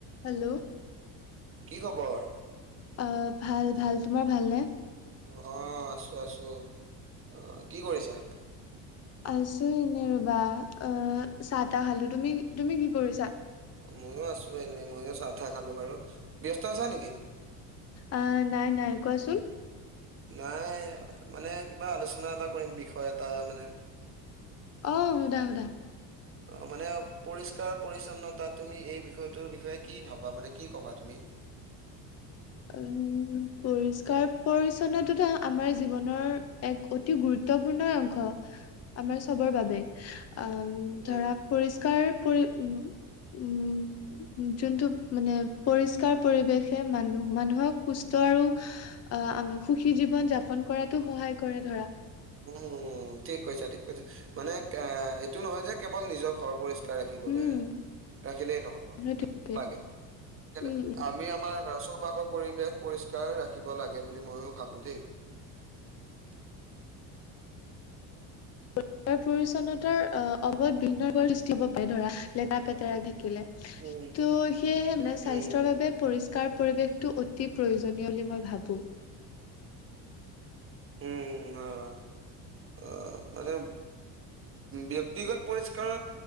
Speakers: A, on the left (about 40°); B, on the right (about 35°).
A: Hello
B: কি খবৰ?
A: অ, ভাল - ভাল তোমাৰ ভালনে?
B: অ, আছো - আছো আহ কি কৰিছা?
A: আছো এনে ৰবা আহ, চাহ তাহ খালো তুমি - তুমি কি কৰিছা?
B: মইয়ো আছো এনেই ময়ো চাহ চাহ খালো বাৰু ব্যস্ত আছা নেকি।
A: অ, নাই - নাই কোৱাচোন।
B: নাই মানে কিবা আলোচনা এটা কৰিম বিষয় এটা মানে
A: অহ, সুধা - সুধা।
B: অ, মানে পৰিষ্কাৰ পৰিচ্ছন্নতা তুমি এই বিষয়টোৰ বিষয়ে কি ভাবা মানে কি ক'বা তুমি? <inaudible>
A: উম, পৰিষ্কাৰ পৰি্ছন্নতত আমাৰ জীৱনৰ এক অতি গুৰুত্বপূৰ্ণ অংশ। আমাৰ চবৰ বাবে উম,
B: উম
A: ধৰা পৰিষ্কাৰ পৰি উম। উম, যোনটো মানে পৰিষ্কাৰ পৰিৱেশে মানুহ মানুহক সুস্থ আৰু আহ সুখী জীৱন যাপন কৰাতো সহায় কৰে ধৰা।
B: উম- উম ঠিক কৈছা- ঠিক কৈছে মানে এ এইটো নহয় যে কেৱল নিজৰ ঘৰ ৰাখিবলৈ
A: উম
B: ৰাখিলেই নহব
A: সেইটোৱে
B: লাগে কিন্তু
A: উম উম
B: আমি আমাৰ চৌপাশৰ পৰিৱেশ পৰিষ্কাৰ ৰাখিব লাগে বুলি ময়ো ভাবো দেই <unintelligible>
A: পৰিষ্কাৰৰ পৰিচ্ছন্নতাৰ অ, অবধ ভিন্ন ৰোগৰ সৃষ্টি হব পাৰে ধৰা লেতেৰা পেতেৰাকে থাকিলে। ত,
B: উম,
A: সেয়েহে মানে
B: উম,
A: স্বাস্থ্যৰ বাবে পৰিষ্কাৰ পৰিৱেশটো অতি প্ৰয়োজনীয় বুলি মই ভাবো।
B: উম, অ - অ মানে ব্যক্তিগত পৰিষ্কাৰ